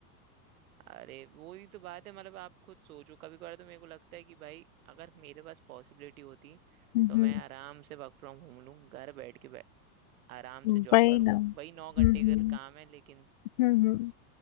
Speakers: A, on the right; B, on the left.
A: अरे वो ही तो बात है मतलब आप खुद सोचो कभी कभार तो मेरे को लगता है कि भाई अगर मेरे पास पॉसिबिलिटी होती
B: हम्म
A: तो मैं आराम से वर्क फ्रॉम होम लूँ घर बैठ के बै, आराम से
B: वही
A: जॉब करूँ
B: ना हम्म
A: वही नौ घंटे
B: हम्म
A: का काम है लेकिन
B: हम्म। हम्म।